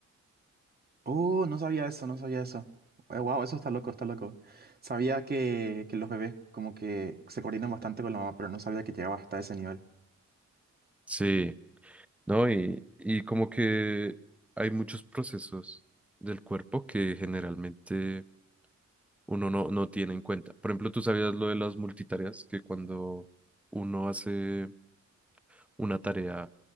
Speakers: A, on the right; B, in the centre.
A: Oh, no sabía eso, no sabía eso. wow, eso está loco, está loco. Sabía que, que los bebés como que se coordinan bastante con la mamá, pero no sabía que llegaba hasta ese nivel.
B: Sí, ¿no? Y, y como que hay muchos procesos del cuerpo que generalmente uno no, no tiene en cuenta. Por ejemplo, tú sabías lo de las multitareas, que cuando uno hace una tarea